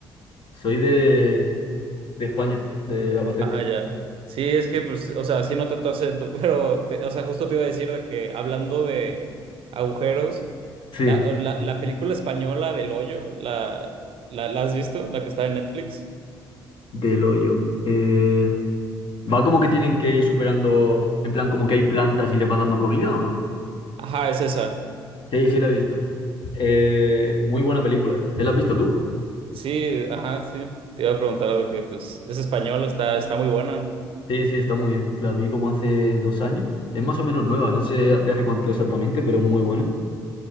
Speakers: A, on the left; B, on the right.
A: Soy de, de España, de Albacete.
B: Ah, ah, ya. Sí, es que, pues, o sea, sí noté tu acento, <laughs> pero, te- o sea, justo te iba a decir de que hablando de agujeros,
A: Sí,
B: la, la, la película española del hoyo, la, la, ¿la has visto? La que está en Netflix.
A: del hoyo. Eh, ¿Va como que tienen que ir superando, en plan, como que hay plantas y les van dando comida o no?
B: Ajá, es esa.
A: Sí, sí, la he visto. Eh, muy buena película. ¿Te la has visto tú?
B: Sí, ajá, sí. Te iba a preguntar de que pues es español, está, está muy buena.
A: Sí, sí, está muy bien. La vi como hace dos años. Es más o menos nueva, no sé de hace cuánto exactamente, pero muy buena.